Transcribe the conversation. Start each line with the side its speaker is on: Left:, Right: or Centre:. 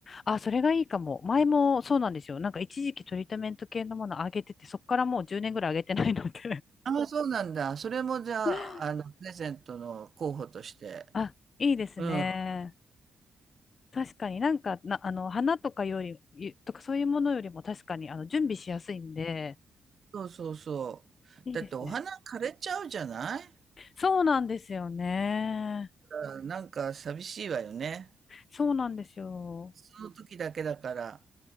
Left: あ、それがいいかも。前もそうなんですよ。なんか一時期トリートメント系のもの上げてて、そこからもう10年ぐらい上げてないので
Right: ああ、そうなんだ。それもじゃあ、
Left: <laughs>
Right: あの、プレゼントの候補として。
Left: あ、いいですね。
Right: うん。
Left: 確かになんか、な、あの、花とかより、いとかそういうものよりも確かに、あの、準備しやすいんで、
Right: そうそうそう。
Left: いいですね。
Right: だってお花枯れちゃうじゃない
Left: そうなんですよね。
Right: うんなんか寂しいわよね。
Left: そうなんですよ。
Right: その時だけだから。